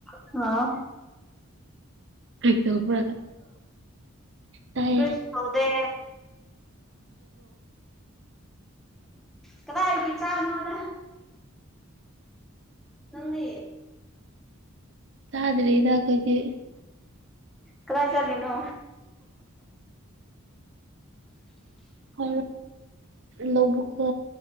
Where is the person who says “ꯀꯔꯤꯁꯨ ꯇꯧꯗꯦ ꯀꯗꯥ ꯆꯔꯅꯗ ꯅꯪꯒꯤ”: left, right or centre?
Centre